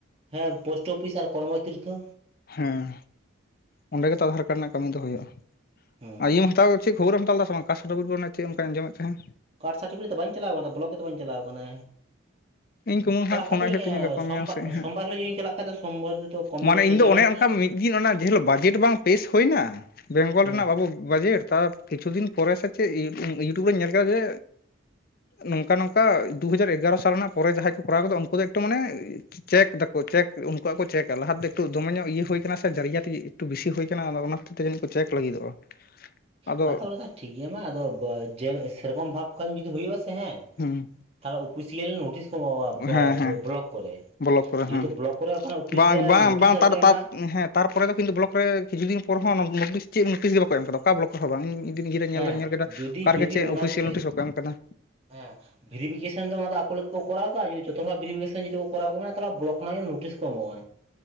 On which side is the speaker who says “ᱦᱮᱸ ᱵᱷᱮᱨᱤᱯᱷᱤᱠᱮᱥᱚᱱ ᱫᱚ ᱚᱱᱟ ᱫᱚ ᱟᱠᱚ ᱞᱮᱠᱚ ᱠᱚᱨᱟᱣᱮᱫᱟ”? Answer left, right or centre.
Right